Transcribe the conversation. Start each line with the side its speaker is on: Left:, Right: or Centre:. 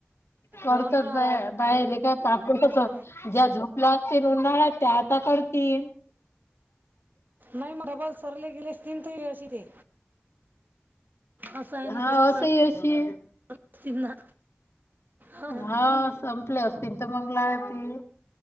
Left: करतात
Right: हो ना
Left: बया
Right: राहिले
Left: बाय लेका पापड <unintelligible>
Right: सोय
Left: ज्या झोपल्या तीन उन्हाळ्या त्या आता करतीन.
Right: नाही म डबा विसरले गेले आसतीन त अशी ते. असं आहे ना
Left: हा
Right: ते
Left: असही
Right: सर
Left: अशी.
Right: असतील ना हो ना.
Left: हा संपले असतील त मंग लागती.